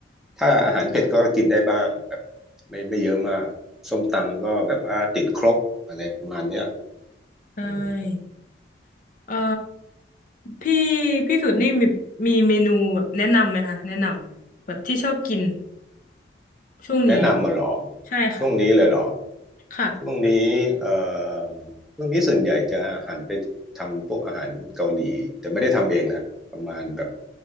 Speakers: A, in the centre; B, on the left (about 45°).
A: ถ้าอาหารเผ็ดก็กินได้บ้างแบบไม่ไม่เยอะมากส้มตำก็แบบว่าติดครกอะไรประมาณเนี้ย
B: ใช่
A: อืม
B: เอ่อพี่พี่สุดนี่มีมีเมนูแบบแนะนำไหมคะแนะนำแบบที่ชอบกินช่วงนี้
A: แนะนำมาหรอ
B: ใช่ค่ะ
A: ช่วงนี้เลยเหรอ
B: ค่ะ
A: ช่วงนี้เอ่อช่วงนี้ส่วนใหญ่จะหันไปทำพวกอาหารเกาหลีแต่ไม่ได้ทำเองนะประมาณแบบ